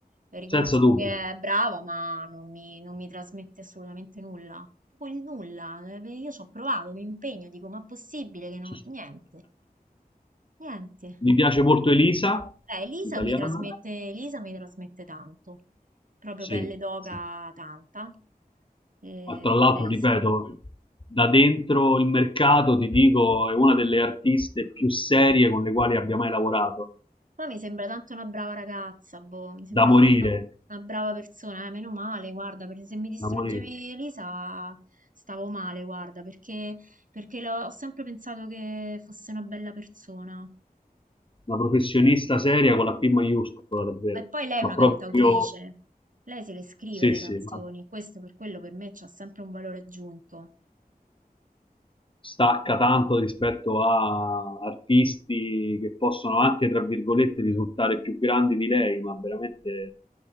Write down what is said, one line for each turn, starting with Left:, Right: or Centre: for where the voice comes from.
Right: Riconosco
Left: senza dubbio.
Right: che è brava, ma non mi, non mi trasmette assolutamente nulla. Proprio il nulla. eh, Io ci ho provato, mi impegno, dico, ma è possibile
Left: <laughs>
Right: che non...
Left: Ci sta.
Right: Niente, niente.
Left: Mi piace molto Elisa,
Right: Eh, Elisa
Left: italiana.
Right: mi trasmette, Elisa mi trasmette tanto, proprio
Left: Sì,
Right: pelle d'oca
Left: sì.
Right: tanta. Eh,
Left: Ma tra l'altro,
Right: eh,
Left: ripeto,
Right: sì.
Left: da dentro il mercato ti dico, è una delle artiste più serie con le quali abbia mai lavorato.
Right: Ma mi sembra tanto una brava ragazza, boh, mi sembra
Left: Da morire,
Right: tanto una, una brava persona, eh, meno male, guarda, perché se mi distruggevi
Left: da morire.
Right: Elisa stavo male, guarda, perché, perché l'ho- ho sempre pensato che fosse una bella persona.
Left: Una professionista seria con la P maiuscola, davvero.
Right: E poi lei
Left: Ma
Right: è una
Left: proprio,
Right: cantautrice, lei se le scrive
Left: sì,
Right: le
Left: sì,
Right: canzoni,
Left: ma
Right: questo per quello per me c'ha sempre un valore aggiunto.
Left: stacca tanto rispetto a artisti che possono anche, tra virgolette, risultare più grandi di lei, ma veramente